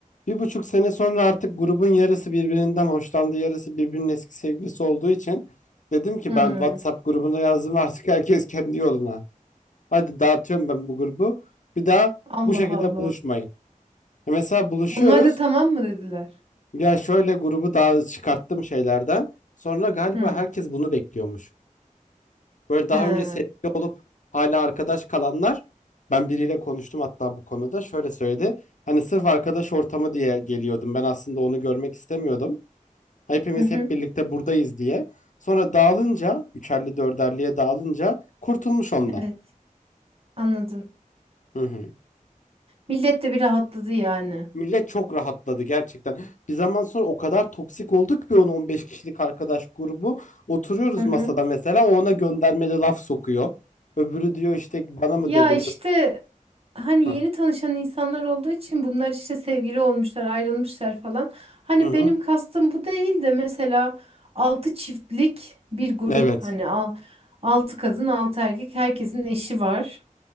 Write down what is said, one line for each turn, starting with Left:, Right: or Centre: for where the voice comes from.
Left: Bir buçuk sene sonra artık grubun yarısı birbirinden hoşlandı, yarısı birbirinin eski sevgilisi olduğu için dedim ki
Right: Hmm.
Left: ben WhatsApp grubuna yazdım artık herkes kendi yoluna. Hadi dağıtıyorum ben bu grubu. Bir daha
Right: Allah
Left: bu şekilde
Right: Allah.
Left: buluşmayın. E mesela buluşuyoruz.
Right: Onlar da tamam mı dediler?
Left: Ya şöyle grubu daha çıkarttım şeylerden. Sonra galiba
Right: Hmm.
Left: herkes bunu bekliyormuş. Böyle daha
Right: He.
Left: önce sevgili olup hala arkadaş kalanlar ben biriyle konuştum hatta bu konuda şöyle söyledi. Hani sırf arkadaş ortamı diye geliyordum. Ben aslında onu görmek istemiyordum. Hepimiz
Right: Hı hı.
Left: hep birlikte buradayız diye. Sonra dağılınca, üçerli dörderliye dağılınca kurtulmuş ondan.
Right: Evet, anladım.
Left: Hı hı.
Right: Millet de bir rahatladı yani.
Left: Millet çok rahatladı gerçekten. Bir zaman sonra o kadar toksik olduk bir on on beş kişilik arkadaş grubu. Oturuyoruz
Right: Hı hı.
Left: masada mesela o ona göndermeli laf sokuyor. Öbürü diyor işte bana mı
Right: Ya
Left: dedin?
Right: işte hani
Left: Hı
Right: yeni tanışan insanlar olduğu için bunlar işte sevgili olmuşlar, ayrılmışlar falan. Hani
Left: hı. hı.
Right: benim kastım bu değil de mesela altı çiftlik bir grup
Left: Evet.
Right: hani al- altı kadın, altı erkek herkesin eşi var.